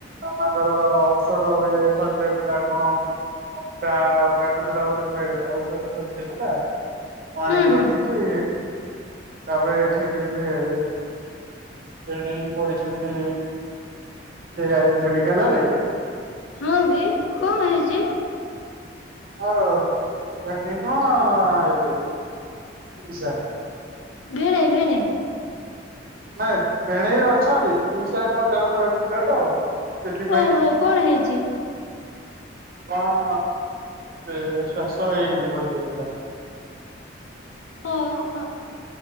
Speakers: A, on the right; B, on the left.
A: ମାମାଙ୍କର ଔଷଧ ହୁଏ ସରିଯାଇଥିଲା କଣ। ଅଣ୍ଟା କାଟୁଥିଲା ବୋଲି ମେଡ୍ ଔଷଧ ସରିଯାଇଥିଲା। ମୁଁ ଆଣିକି
B: ହୁଁ
A: ରଖିଚି।
B: ହୁଁ
A: ତାପରେ ଏଠି। <unintelligible> ଭେଣେଇ ପଡିଛନ୍ତି ଏ ମେଡିକାଲରେ
B: ହଁ କିି। କଣ ହେଇଚି?
A: <unintelligible> ଲିସା
B: ଭେଣେଇ ଭେଣେଇ।
A: ନାଇଁ ଭେଣେଇ ଅଛନ୍ତି। ପିଇସା ଙ୍କ ଦେହ ଖରାପ ଥିଲା ତ। ସେଥିପାଇଁ
B: ଓହୋ କଣ ହେଇଛି?
A: କଣ ସେ ଶ୍ୱାସ ଏଇ ବଢି ଯାଇଥିଲା।
B: ହଁ।